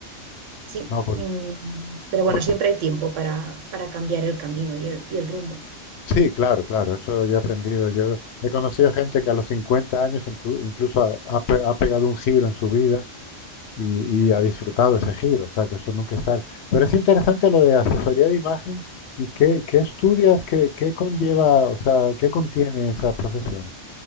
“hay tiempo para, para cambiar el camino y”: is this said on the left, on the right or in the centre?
Right